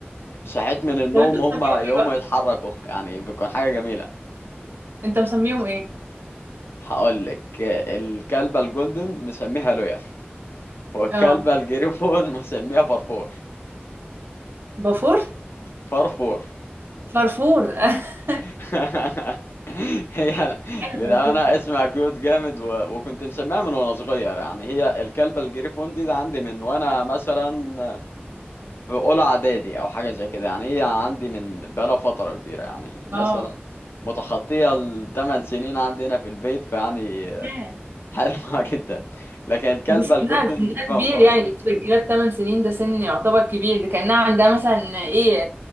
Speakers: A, on the left; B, on the right.
A: صحيت من النوم
B: طب انت مسميهم
A: هما
B: ايه
A: يقوموا
B: بقى
A: يتحركوا يعني بتكون حاجة جميلة
B: انت مسميهم ايه
A: هقول لك الكلبة الجولدن مسميها لويال والكلبة
B: اه
A: الجريفون مسميها فرفور
B: بافور
A: فرفور
B: فرفور <laughs>
A: <laughs> هي لا
B: حلوة،
A: للأمانة
B: سيدي.
A: اسمها كيوت جامد و... وكنت مسميها من وأنا صغير يعني هي الكلبة الجريفون دي ده عندي من وأنا مثلا في أولى إعدادي أو حاجة زي كده يعني هي عندي من بقالها فترة كبيرة يعني
B: اه
A: مثلا متخطية الثمان سنين عندنا في البيت فيعني
B: ياه.
A: حلوة <laughs> جدا لكن الكلبة
B: دي سنها
A: الجولدن
B: سنها
A: جايبها
B: كبير
A: من قريب
B: يعني بالنسبة للكلاب 8 سنين ده سن يعتبر كبير ده كأنها عندها مثلا ايه